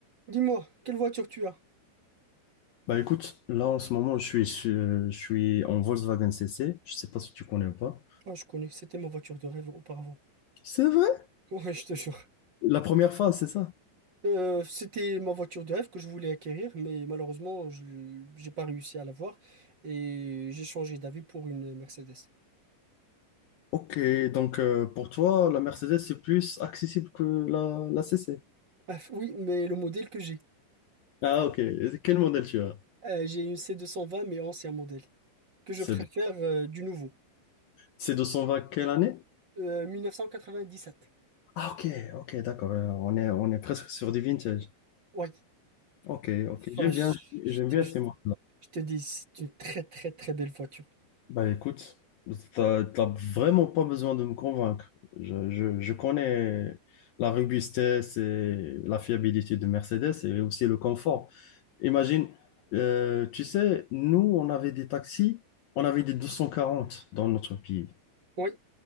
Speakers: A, on the right; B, on the left.
A: Dis-moi, quelle voiture tu as?
B: Bah écoute, là en ce moment je suis sur- je suis en Volkswagen CC, je sais pas si tu connais ou pas.
A: Ah, je connais, c'était ma voiture de rêve auparavant.
B: C'est vrai?
A: <laughs> Ouais, je te jure.
B: La première phase, c'est ça?
A: Euh, c'était ma voiture de rêve que je voulais acquérir, mais malheureusement, je j'ai pas réussi à l'avoir et j'ai changé d'avis pour une Mercedes.
B: Ok, donc euh, pour toi la Mercedes c'est plus accessible que la, la CC.
A: Ah, oui, mais le modèle que j'ai.
B: Ah ok, Et quel modèle tu as?
A: Euh, j'ai une c deux cent vingt, mais ancien modèle, que je
B: C'est
A: préfère
B: de...
A: euh, du nouveau.
B: c'est 220 quelle année?
A: Euh, 1997.
B: Ah ok, ok d'accord, Euh, on est on est presque sur du vintage.
A: Ouais,
B: Ok, ok, j'aime
A: enfin, je
B: bien
A: je
B: j'aime
A: te
B: bien ces modèles
A: je te dis, c'est une très très très belle voiture.
B: Bah écoute, t'as, t'as vraiment pas besoin de me convaincre. Je, je, je connais la robustesse et la fiabilité de Mercedes et aussi le confort. Imagine, euh, tu sais, nous, on avait des taxis, on avait des 240 dans notre pays.
A: Oui,